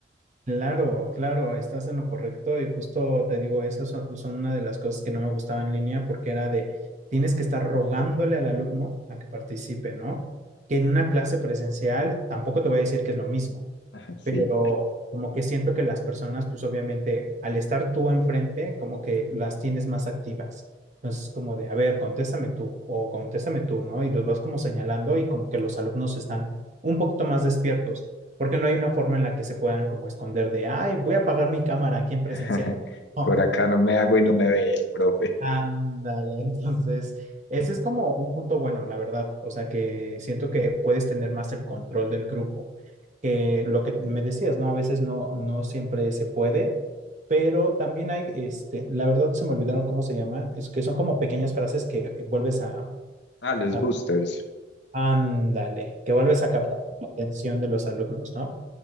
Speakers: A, on the right; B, on the left.
A: Claro, claro, estás en lo correcto y justo te digo, esas son, son una de las cosas que no me gustaba en línea porque era de, tienes que estar rogándole al alumno a que participe, ¿no? Que en una clase presencial tampoco te voy a decir que es lo mismo,
B: <laughs> Sí,
A: pero como que siento que las personas, pues obviamente, al estar tú enfrente, como que las tienes más activas. Entonces, como de, a ver, contéstame tú o contéstame tú, ¿no? Y los vas como señalando y como que los alumnos están un poquito más despiertos, porque no hay una forma en la que se puedan como esconder de, ay, voy a apagar mi cámara aquí en
B: <laughs>
A: presencial. <laughs>
B: por acá no me hago y no me ve el profe.
A: Ándale, entonces, ese es como un punto bueno, la verdad. O sea, que siento que puedes tener más el control del grupo. Que lo que me decías, ¿no? A veces no, no siempre se puede, pero también hay, este, la verdad se me olvidaron cómo se llaman, es que son como pequeñas frases que vuelves a,
B: Ah, los
A: a-
B: boosters.
A: ándale, que vuelves a captar la atención de los alumnos, ¿no?